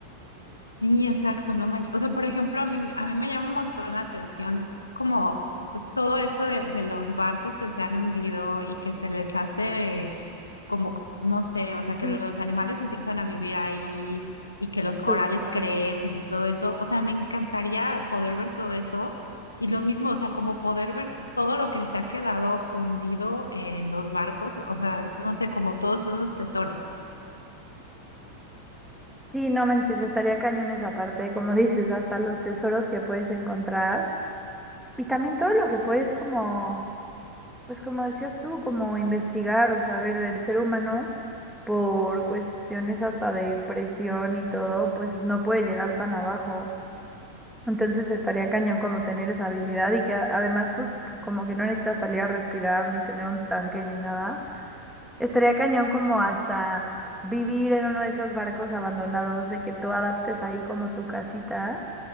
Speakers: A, on the left (about 80°); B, in the centre.
A: Sí, exacto, no manches. O sea, por ejemplo, a mí, a mí me llama un montón la atención como todo esto de, de los barcos que se han hundido y que se les hace como, no sé, o sea, que
B: Sí,
A: los animales empiezan a vivir ahí y que los corales
B: justo.
A: crecen y todo eso. O sea, me encantaría poder ver todo eso y lo mismo, o sea, como poder ver todo lo que se ha quedado hundido en los barcos, o sea, no sé, como todos esos tesoros.
B: Sí, no manches, estaría cañón esa parte, como <laughs> dices, hasta los tesoros que puedes encontrar y también todo lo que puedes como, pues como decías tú, como investigar o saber del ser humano por cuestiones hasta de presión y todo, pues no puede llegar tan abajo. Entonces estaría cañón como tener esa habilidad y que a- además pues como que no necesitas salir a respirar ni tener un tanque ni nada Estaría cañón como hasta vivir en uno de esos barcos abandonados, de que tú adaptes ahí como tu casita